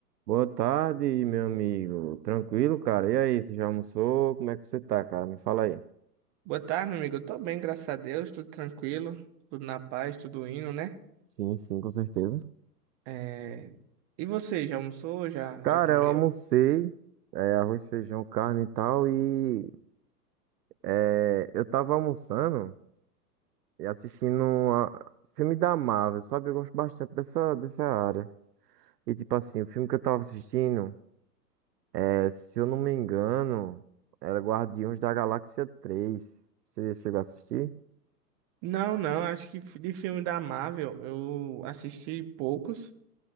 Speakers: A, on the right (about 75°); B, on the right (about 30°).
A: Boa tarde, meu amigo. Tranquilo, cara? E aí, você já almoçou? Como é que você tá, cara? Me fala aí.
B: Boa tarde, meu amigo. Eu tô bem, graças a Deus, tudo tranquilo, tudo na paz, tudo indo, né?
A: Sim, sim, com certeza.
B: É, E você, já almoçou? Já,
A: Cara,
B: já comeu?
A: eu almocei, é, arroz, feijão, carne e tal, e é, eu tava almoçando e assistindo a filme da Marvel, sabe? Eu gosto bastante dessa, dessa área. E tipo assim, o filme que eu tava assistindo, é, se eu não me engano, era Guardiões da Galáxia 3. Você chegou a assistir?
B: Não, não, acho que f- de filme da Marvel eu assisti poucos.